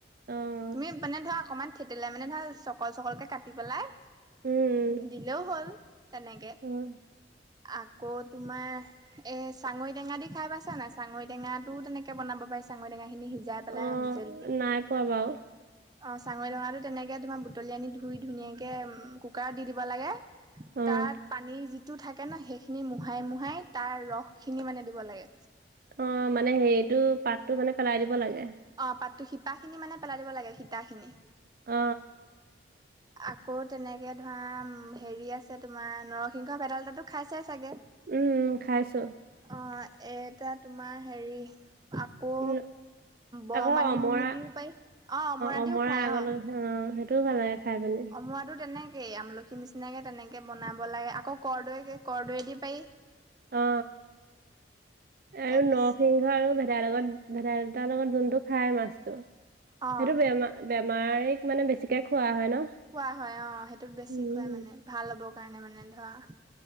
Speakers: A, on the right; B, on the right.
A: অ
B: তুমি মানে ধৰা অকনমান থেতেলাই মানে ধৰা চকল চকলকে কাটি পেলাই
A: উম,
B: দিলেও হ'ল তেনেকে
A: উম,
B: আকৌ তোমাৰ এ চাঙৰি টেঙা দি খাই পাইছা নাই চাঙৰি টেঙাটো তেনেকে বনাব পাৰি চাঙৰি টেঙা খিনি সি জাই পেলাই
A: অ',
B: হুইচেল দি
A: অ', নাই পোৱা বাৰু
B: অ চাঙৰি টেঙাটো তেনেকে তোমাৰ বুটলি আনি ধুই ধুনীয়াকে কুকাৰত দি দিব লাগে
A: অ',
B: তাত পানীৰ যিটো থাকে ন সেইখিনি মো হাই মোহাই তাৰ ৰসখিনি মানে দিব লাগে
A: অ মানে হেৰিটো পাতটো মানে পেলাই দিব লাগে
B: অ পাতটো শিপাখিনি মানে পেলাই দিব লাগে সীতাখিনি
A: অ
B: আকৌ তেনেকে ধৰা হেৰি আছে তোমাৰ নৰসিংহ ভেদাইলতো খাই চাই চাগে
A: উম উম খাইছো
B: অ এটা তোমাৰ হেৰি আকৌ
A: উম,
B: ব
A: আকৌ
B: মানিমুনি
A: অমৰা
B: দিও পাৰি অ মৰা
A: অমৰা
B: দিও খাই
A: আগৰ
B: অ
A: লগত অ সেইটোও ভাল লাগে খাই পিনি
B: অমৱাটো তেনেকেই আমলখি নিচিনাকে তেনেকে বনাব লাগে আকৌ কৰৰ্দৈ কৰৰ্দৈ দি পাৰি
A: অ আৰু
B: তাৰপিছত
A: নৰসিং হ আৰু ভেদাইৰ লগত ভেদাইলতাৰ লগত যোনটো খাই মাছতো সেইটো
B: অ'
A: বেমাৰ বেমাৰীক মানে বেছিকে খোৱা হয় ন
B: খোৱা হয় অ সেইটোত বেছি
A: উম,
B: খুৱাই মানে ভাল হ'ব কাৰণে মানে ধৰা